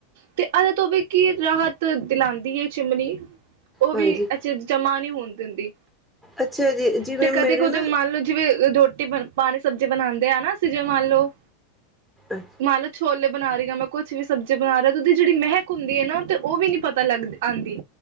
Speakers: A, on the right; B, in the centre.
A: ਤੇ ਓਦੇ ਤੋਂ ਵੀ ਕੀ ਰਾਹਤ ਦਿਲਾਂਦੀ ਏ ਚਿਮਨੀ। ਉਹ ਵੀ
B: ਹਾਂਜੀ
A: ਅਚਜ। ਜਮਾ ਨਹੀਂ ਹੋਣ ਦਿੰਦੀ,
B: ਅੱਛਾ ਜੀ ਜਿਵੇਂ
A: ਤੇ
B: ਮੇਰੇ
A: ਕਦੇ ਕੁਝ
B: ਨਾ
A: ਮੰਨ ਲਓ ਜਿਵੇਂ ਰੋਟੀ ਬਣ ਪਾਣੀ ਸਬਜ਼ੀ ਬਣਾਦੇ ਆ ਨਾ, ਅਸੀ ਜੀਵੇ ਮੰਨ ਲਓ।
B: ਅੱ
A: ਨਾਲੇ ਛੋਲੇ ਬਣਾ ਰਹੀ ਹਾਂ, ਮੈਂ ਕੁੱਛ ਵੀ ਸਬਜ਼ੀ ਬਣਾ ਰਹਾ ਤੇ ਉਹਦੀ ਜਿਹੜੀ ਮਹਿਕ ਹੁੰਦੀ ਹੈ ਨਾ ਤੇ ਉਹ ਵੀ ਨੀ ਪਤਾ ਲੱਗਦੀ ਆਂਦੀ।